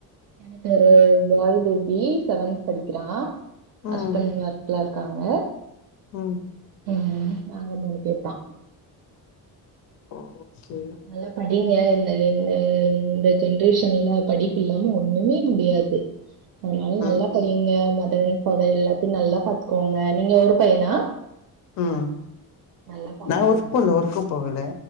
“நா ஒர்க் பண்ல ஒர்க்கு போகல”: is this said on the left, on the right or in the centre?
Left